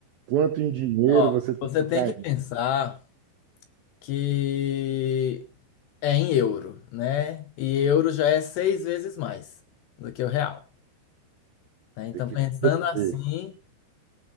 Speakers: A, on the right (about 80°); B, on the left (about 75°).
A: Quanto em dinheiro
B: Ó,
A: você tem
B: você
A: que
B: tem
A: ficar?
B: que pensar que é em euro, né? E euro já é seis vezes mais do que o real, né? Então,
A: Tem que
B: pensando assim,
A: E,